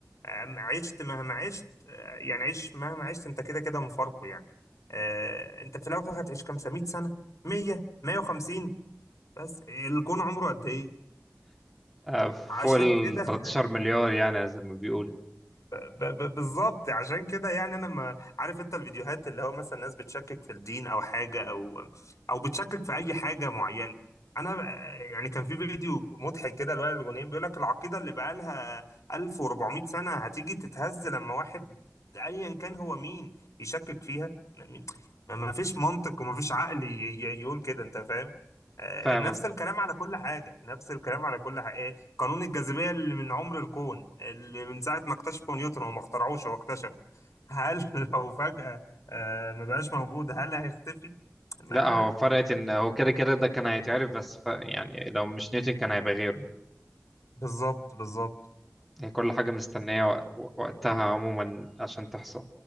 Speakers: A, on the left (about 85°); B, in the centre.
A: آم، عشت مهما عشت آه، يعني عيش مهما عشت انت كده كده مفارقه يعني آه، انت في الاول وفي الاخر هتعيش كام سنه 100 سنه 100 150 بس الكون عمره قد ايه
B: آه، فوق
A: فعشان
B: ال
A: كده
B: 13 مليار يعني زي ما بيقول
A: ب- ب- بالظبط عشان كده يعني انا ما عارف انت الفيديوهات اللي هو مثلا ناس بتشكك في الدين او حاجه او او بتشكك في اي حاجه معينه انا ب- يعني كان في فيديو مضحك كده لوائل الغنيم بيقول لك العقيده اللي بقالها 1400 سنه هتيجي تتهز لما واحد ايا كان هو مين يشكك فيها ما ما فيش منطق وما فيش عقل ي- ي- يقول كده انت فاهم آه،
B: فاهم
A: نفس
B: قصدي
A: الكلام على كل حاجه نفس الكلام على كل حاجه قانون الجاذبية اللي من عمر الكون اللي من ساعة ما اكتشفوا نيوتن وما اخترعوش هو اكتشفه هل <laughs> لو فجأة آه، ما بقاش موجود هل هيختفي؟ ما
B: لا هو فرقت ان هو كده كده ده كان هيتعرف بس ف... يعني لو مش نيوتن كان هيبقى غيره
A: بالظبط بالظبط
B: هي كل حاجة مستنية وق- وقتها عموما عشان تحصل